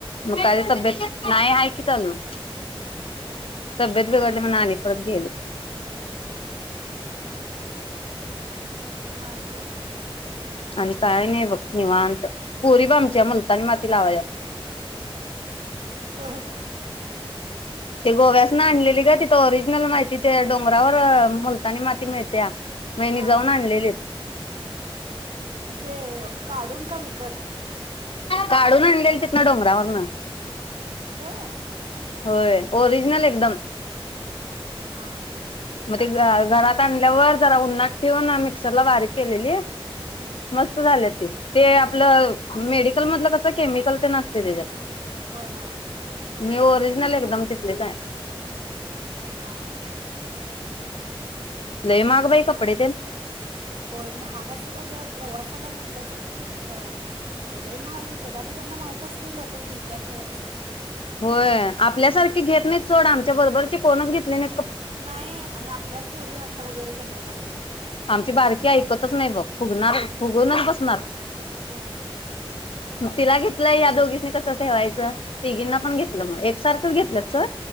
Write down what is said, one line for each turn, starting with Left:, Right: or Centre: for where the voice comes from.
Left: मग का तब्येत नाही आहे कि चालून तब्येत बिघडली
Right: हां
Left: म्हणून आणि परत गेले
Right: मग आणि काय
Left: आणि काय नाही बघ निवांत पोरी बा आमच्या मुलतानी माती लावाय
Right: होय
Left: ते गोव्यास ना आणलेली ग त ओरिजिनल माहिती ते डोंगरावर मुलतानी माती मिळते मग यांनी
Right: हां
Left: जाऊन आणलेले
Right: म्हणजे काढून का विकत
Left: काढून आणलेल तिथनं डोंगरावर ना
Right: होय
Left: होय ओरिजनल एकदम
Right: हा हा हा
Left: मग ते घरात आणल्यावर जरा उन्ठेवन मिक्सर ला वारीक केलेली
Right: हां हां
Left: मस्त झाले ते ते आपलं मेडिकल मधलं कसं केमिकल ते असते त्याच्यात
Right: होय होय
Left: मी ओरिजनल एकदम तिथलेच आहे
Right: हा हा् हम्
Left: लय महाग बाई कपडे तेन
Right: होय महागाचा सुद्धा प्रवास ला म्हटलं तर की नाही तिथं लय महाग विकतात आणि त्यांना माहित असते लोक घेत्यातच
Left: होय आपल्यासारखी घेत नाही सोड आमच्या बरोबरची कोणच घेतली नाही
Right: नाही आणि आपल्याच पोरी हट्ट वगैरे करतात त्यालाके <inaudible>
Left: आमची बारकी ऐकतच नाही बघ फुगणार फुगूनच बसणार
Right: हु
Left: तिला घेतलं या दोघींनी कसं ठेवायचं तिघींना पण घेतलं मग एकसारखं घेतलं सोड